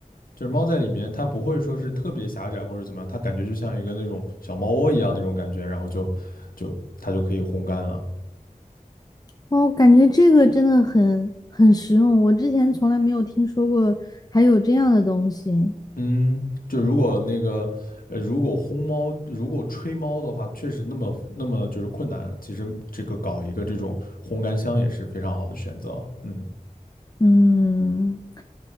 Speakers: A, on the left; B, on the left.
A: 就是猫在里面它不会说是特别狭窄或者怎么样，它感觉就像一个那种小猫窝一样那种感觉，然后就就它就可以烘干了。
B: 哦，感觉这个真的很很实用，我之前从来没有听说过还有这样的东西。
A: 嗯，就如果那个，呃，如果烘猫，如果吹猫的话，确实那么那么就是困难。其实这个搞一个这种烘干箱也是非常好的选择。嗯
B: 嗯，